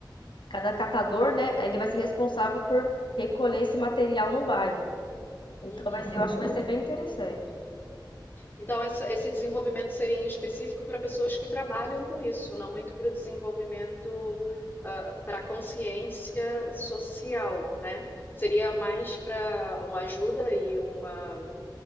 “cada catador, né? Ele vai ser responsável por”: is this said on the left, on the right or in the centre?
Left